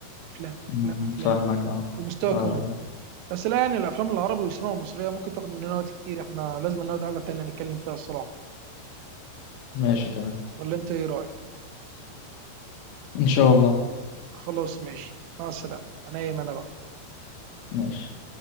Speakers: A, on the right (about 85°); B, on the left (about 80°).
A: افلام
B: مم،
A: افلام افلام
B: فاهمك
A: يعني
B: اه
A: ومستوى
B: اه
A: كوميدي بس لا يعني الافلام العربي والسينما المصريه ممكن تاخد مننا وقت كتير احنا لازم نقعد قعده تانية نتكلم فيها الصراحه
B: ماشي تمام
A: ولا انت ايه رايك
B: ان شاء الله
A: خلاص ماشي مع السلامه انا ايمن أنا بقى
B: ماشي